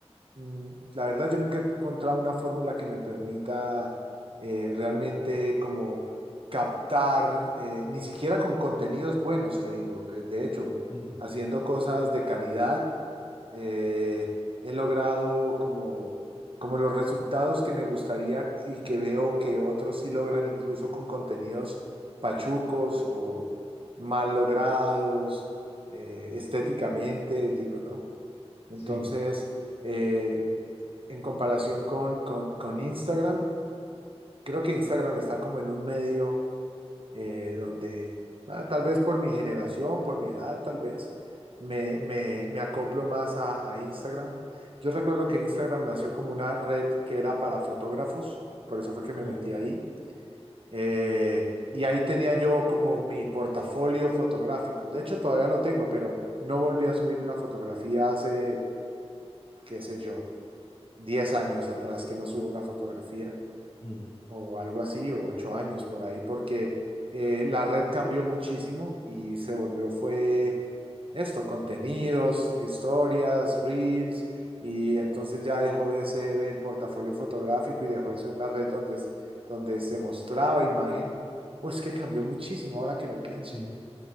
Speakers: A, on the right; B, on the left.
A: Mm, La verdad, yo nunca he encontrado una fórmula que me permita eh, realmente como captar, eh, ni siquiera con contenidos buenos, te digo. Eh, de hecho,
B: mm,
A: haciendo cosas de calidad, eh, he logrado como, como los resultados que me gustaría y que veo que otros sí logran, incluso con contenidos pachucos o mal logrados, eh, estéticamente, digo, ¿no? Entonces...
B: sí.
A: eh, en comparación con, con- con Instagram, creo que Instagram está como en un medio eh, donde, ah, tal vez por mi generación, por mi edad, tal vez, me, me- me acoplo más a, a Instagram. Yo recuerdo que Instagram nació como una red que era para fotógrafos, por eso fue que me
B: claro.
A: metí ahí. Eh, y ahí tenía yo como mi portafolio fotográfico. De hecho, todavía lo tengo, pero no volví a subir una fotografía hace, qué sé yo, 10 años atrás que no subo una fotografía.
B: Mm,
A: o algo así, o ocho años por ahí, porque eh, la red cambió muchísimo y se volvió, fue esto, contenidos, historias, reels, y entonces ya dejó de ser el portafolio fotográfico y dejó de ser una red donde, s- donde se mostraba imagen. o es que cambió muchísimo ahora que lo pienso.
B: Sí.